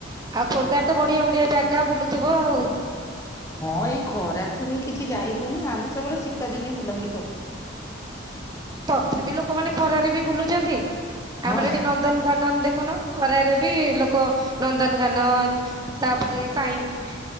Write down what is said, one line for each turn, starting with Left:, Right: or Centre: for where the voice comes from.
Right: ଆଉ ଖୋର୍ଦ୍ଧାରେ ତ ବଢିଆ ବଢିଆ ଜାଗା ବୁଲୁଥିବ ଆଉ?
Left: ହଁ ଏଇ ଖରା ଯୋଉ କିଛି ଯାଇ ହଉନି। ଆମେ ସବୁବେଳେ ଶୀତ ଦିନେ ବୁଲାବୁଲି କରୁ।
Right: ତଥାପି ଲୋକମାନେ ଖରାରେ ବି ବୁଲୁଛନ୍ତି।
Left: ହଁ
Right: ଆମର ସେଠି ନନ ନ୍ଦନକାନନ ଦେଖୁନ ଖରାରେ ବି ଲୋକ ନନ୍ଦନକାନନ ତାପରେ ସାଇନ୍ସ